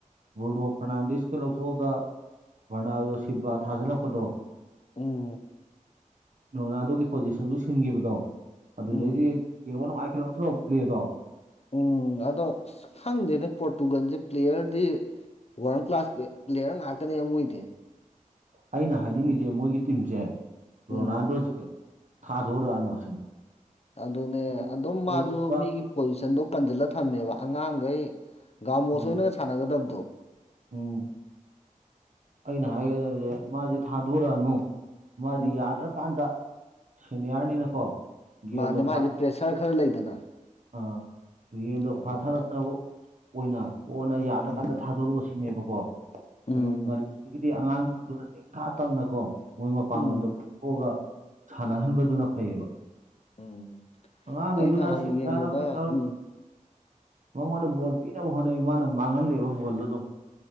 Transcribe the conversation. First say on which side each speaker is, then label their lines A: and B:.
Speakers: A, on the right (about 65°); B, on the left (about 50°).
A: ꯕ꯭ꯨꯔꯅꯣ ꯐꯔꯅꯥꯟꯗꯦꯁꯀ ꯂꯧꯊꯣꯛꯑꯒ ꯚꯔꯅꯥꯗꯣ ꯁꯤꯕꯕꯥ ꯊꯥꯖꯜꯂꯛꯄꯗꯣ
B: ꯎꯝ
A: ꯅꯣꯉꯥꯟꯗꯣꯒꯤ ꯄꯣꯖꯤꯁꯟꯁꯨ ꯁꯤꯟꯒꯤꯕꯗꯣ ꯑꯗꯨꯗꯩꯗꯤ
B: ꯎꯝ
A: ꯌꯦꯡꯕ ꯅꯨꯡꯉꯥꯏꯈꯠꯂꯛꯇ꯭ꯔꯣ ꯄ꯭ꯂꯦꯗꯣ
B: ꯎꯝ ꯑꯗꯣ ꯑꯁ ꯈꯪꯗꯦꯗꯥ ꯄꯣꯔꯇꯨꯒꯟꯁꯦ ꯄ꯭ꯂꯦꯌꯔꯗꯤ ꯋꯥꯔꯟ ꯀ꯭ꯂꯥꯁ ꯄꯂꯦ ꯄ꯭ꯂꯦꯌꯔ ꯉꯥꯛꯇꯅꯦ ꯃꯣꯏꯗꯤ
A: ꯑꯩꯅ ꯍꯥꯏꯅꯤꯡꯉꯤꯁꯦ ꯃꯣꯏꯒꯤ ꯇꯤꯝꯁꯦ
B: ꯎꯝ
A: ꯔꯣꯅꯥꯟꯗꯣꯁꯦ ꯀꯩ ꯊꯥꯗꯣꯔꯛꯑꯅꯨ ꯁꯤꯅꯤ
B: ꯑꯗꯨꯅꯦ
A: ꯀꯔꯤ
B: ꯑꯗꯨꯝ ꯃꯥꯁꯨ
A: ꯀꯔꯤꯒꯨꯝꯕ
B: ꯃꯤꯒꯤ ꯄꯣꯖꯤꯁꯟꯗꯣ ꯀꯟꯖꯤꯜꯂ ꯊꯝꯃꯦꯕ ꯑꯉꯥꯡꯒꯩ ꯒꯃꯣꯁ
A: ꯎꯝ
B: ꯍꯣꯏꯅꯒ ꯁꯥꯟꯅꯒꯗꯕꯗꯣ
A: ꯎꯝ ꯑꯩꯅ ꯍꯥꯏꯒꯗꯕꯁꯦ ꯃꯥꯁꯦ ꯊꯥꯗꯣꯔꯛꯑꯅꯨ ꯃꯥꯗꯤ
B: ꯎꯝ
A: ꯌꯥꯗ꯭ꯔꯀꯥꯟꯗ ꯁꯦꯅꯤꯌꯥꯔꯅꯤꯅꯀꯣ ꯒꯦꯝꯗꯣ
B: ꯃꯥꯅꯦ ꯃꯥꯥꯏꯁꯦ
A: ꯐꯥꯊ
B: ꯄ꯭ꯔꯦꯁꯔ ꯈꯔ ꯂꯩꯗꯅ
A: ꯑꯥ ꯌꯦꯟꯗꯣ
B: ꯑꯗꯨꯃꯥꯏꯅ
A: ꯐꯥꯊꯔꯛꯅꯕ ꯑꯣꯏꯅ ꯀꯣꯟꯅ ꯌꯥꯗ꯭ꯔꯀꯥꯟꯗ
B: ꯎꯝ
A: ꯊꯥꯗꯣꯔꯣꯛꯑꯣ ꯁꯤꯅꯦꯕꯀꯣ
B: ꯎꯝ
A: ꯑꯗꯨꯝ ꯉꯜꯂꯤꯗꯒꯤꯗꯤ ꯑꯉꯥꯡꯁꯤꯡꯗꯨꯅ ꯅꯤꯡꯈꯥ ꯇꯝꯅꯀꯣ ꯃꯣꯏ ꯃꯄꯥꯡꯒꯟꯗꯣ
B: ꯎꯝ
A: ꯐꯨ ꯊꯣꯛꯑꯒ ꯁꯥꯟꯅꯍꯟꯕꯗꯨꯅ ꯐꯩꯌꯦꯕ
B: ꯎꯝ
A: ꯑꯉꯥꯡꯈꯩꯗꯨꯅ
B: ꯑꯩ ꯅꯍꯥꯟ
A: ꯁꯦ
B: ꯌꯦꯡꯕꯗ
A: <unintelligible>
B: ꯎꯝ
A: ꯃꯉꯣꯟꯗ ꯕꯣꯜ ꯄꯤꯅꯕ ꯍꯣꯠꯅꯩ ꯃꯥꯅ ꯃꯥꯡꯍꯜꯂꯦꯕ ꯕꯣꯜꯗꯣ ꯗꯣ